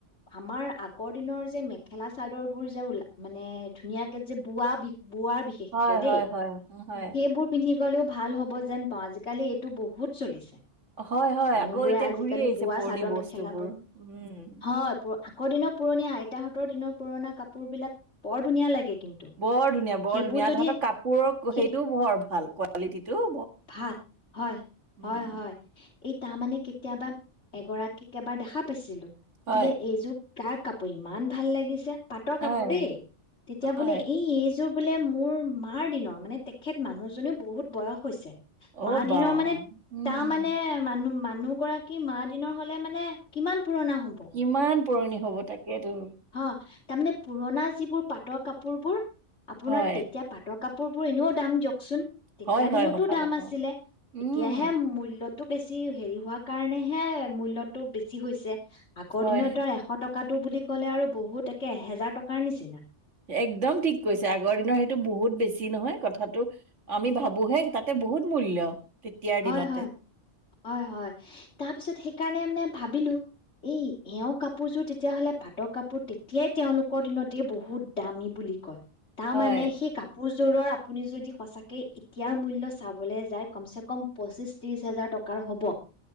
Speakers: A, on the left; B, on the right.
A: আমাৰ আগৰ দিনৰ যে মেখেলা চাদৰ বোৰ যে ওলা মানে ধুনীয়াকে যে বোৱা বোৱাৰ বিশেষকে
B: হয়,
A: দেই
B: হয়, হয়, হয়।
A: সেইবোৰ পিন্ধি গ'লেও ভাল হ'ব যেন পাওঁ আজিকালি এইটো বহুত চলিছে
B: হয় হয়
A: মানুহবোৰে
B: আকৌ এতিয়া
A: আজিকালি
B: ঘূৰি আহিছে
A: বোৱা
B: পুৰণি
A: চাদৰ
B: বস্তুবোৰ
A: মেখেলাবোৰ
B: উম
A: হয় পুৰ- আগৰ দিনৰ পুৰণীয়া আইতাহঁতৰ দিনৰ পুৰণা কাপোৰ বিলাক বৰ ধুনীয়া লাগে কিন্তু
B: বৰ ধুনীয়া বৰ
A: সেইবোৰ
B: ধুনীয়া
A: যদি
B: তাহতৰ কাপোৰৰ
A: সেই
B: সেইটোও বৰ ভাল কোৱালিটিটো
A: ভাল হয়
B: উম,
A: হয় হয় এই তাৰ মানে কেতিয়াবা এগৰাকীক এবাৰ দেখা পাইছিলো
B: হয়,
A: বোলে এইযু তাৰাক কাপোৰ ইমান ভাল লাগিছে পাটৰ
B: হয়,
A: কাপোৰ দেই তেতিয়া
B: হয়।
A: বোলে এই এই জৰ বোলে মোৰ, মাৰ দিনৰ। মানে তেখেত মানুহজনীও বহুত বয়স হৈছে।
B: অ'
A: মা
B: বা!
A: দিনৰ মানে,
B: উম।
A: তাৰ মানে মান মানুহগৰাকী মা দিনৰ হ'লে মানে কিমান পুৰণা হব
B: কিমান পুৰণি হ'ব তাকেতো।
A: হ, তাৰমানে পুৰণা যিবোৰ পাটৰ কাপোৰবোৰ আপোনাৰ
B: হয়,
A: তেতিয়া পাতক কাপোৰবোৰ এনেও দাম দিয়কচোন। তেতিয়া
B: হয়, হয়,
A: দিনতো
B: সঁচা
A: দাম
B: কথা।
A: আছিলে।
B: উম,
A: এতিয়াহে মূল্যটো বেছি হেৰি হোৱাৰ কাৰণেহে মূল্যটো বেছি হৈছে। আগৰ
B: হয়,
A: দিনৰ তা এশ টক কাটু বুলি ক'লে আৰু বহুত একে এহেজাৰ টকাৰ নিচিনা।
B: একদম ঠিক কৈছা, আগৰ দিনৰ সেইটো বহুত বেছি নহয়। কথাটো, আমি ভাবোহে তাতে বহুত মূল্য। তেতিয়াৰ
A: হয়-হয়,
B: দিনতে
A: হয়-হয়। অহ, তাৰপিছত সেইকাৰণে মানে ভাবিলোঁ। এই এওঁৰ কাপোৰযোৰ তেতিয়াহলে পাটৰ কাপোৰ, তেতিয়াই তেওঁলোকৰ দিনতে বহুত দামী বুলি কয়, তাৰ
B: হয়,
A: মানে সেই কাপোৰযোৰৰ আপুনি যদি সচাকে এতিয়াৰ মূল্য চাবলৈ যায়। কমচে-ক কম পঁচিশ-ত্ৰিশ হাজাৰ টকাৰ হ'ব